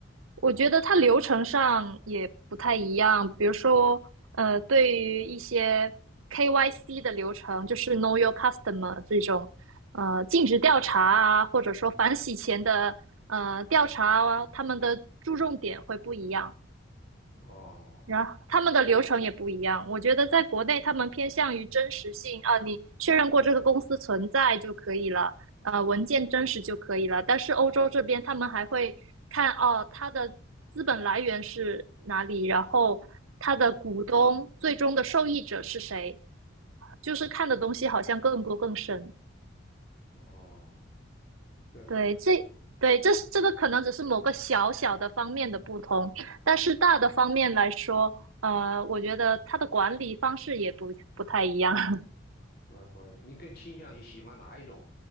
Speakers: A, on the right; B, on the left.
A: 我觉得它流程上也不太一样。比如说，呃，对于一些 KYC 的流程，就是 Know Your Customer 这种，呃，尽职调查啊，或者说反洗钱的呃调查啊，他们的注重点会不一样。
B: 哦
A: 然后他们的流程也不一样，我觉得在国内他们偏向于真实性啊，你确认过这个公司存在就可以了，呃，文件真实就可以了。但是欧洲这边他们还会看哦，它的资本来源是哪里，然后它的股东最终的受益者是谁，就是看的东西好像更多更深。
B: 哦哦，对对，
A: 对，这对这是这个可能只是某个小小的方面的不同，但是大的方面来说，呃，我觉得它的管理方式也不不太一样。<laughs>
B: 那关系，你更倾向于喜欢哪一种